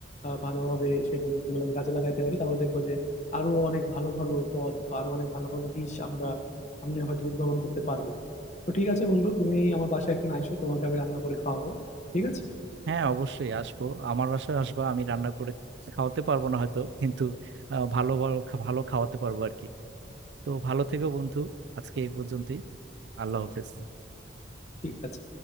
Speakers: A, on the left (about 40°); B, on the right (about 70°).
A: আহ, ভালোভাবে সেই প্রযুক্তিগুলোকে কাজে লাগাইতে পারি তাহলে দেখবো যে আরো অনেক ভালো ভালো পথ বা আরো অনেক ভালো ভালো দিশ আমরা সামনে হয়তো উদ্ভাবন করতে পারবো তো ঠিক আছে বন্ধু তুমি আমার বাসায় একদিন আইসো তোমাকে আমি রান্না করে খাওয়াবো ঠিক আছে
B: হ্যাঁ অবশ্যই আসবো আমার বাসায় আসবা আমি রান্না করে খাওয়াতে পারবো না হয়তো কিন্তু আহ, ভালো ভালো ভালো খাওয়াতে পারবো আর কি তো ভালো থেকো বন্ধু আজকে এই পর্যন্তই আল্লাহ হাফেজ
A: ঠিক আছে